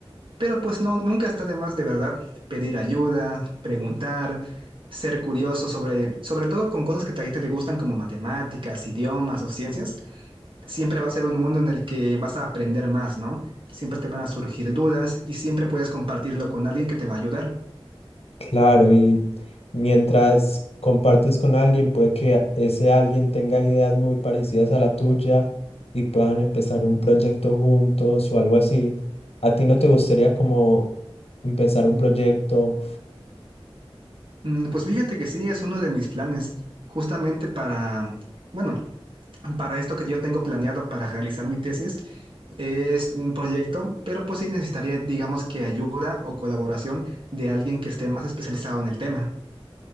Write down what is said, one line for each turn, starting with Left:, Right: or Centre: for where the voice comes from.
Right: Pero pues no, nunca está de más de verdad pedir ayuda, preguntar, ser curioso sobre, sobre todo con cosas que a ti te gustan como matemáticas, idiomas o ciencias. Siempre va a ser un mundo en el que vas a aprender más, ¿no? Siempre te van a surgir dudas y siempre puedes compartirlo con alguien que te va a ayudar.
Left: Claro, y mientras compartes con alguien, puede que ese alguien tenga ideas muy parecidas a la tuya y puedan empezar un proyecto juntos o algo así. ¿A ti no te gustaría como empezar un proyecto?
Right: Mm, Pues fíjate que sí, es uno de mis planes, justamente para, bueno, para esto que yo tengo planeado para realizar mi tesis, es un proyecto, pero pues sí necesitaría, digamos que ayuda o colaboración de alguien que esté más especializado en el tema.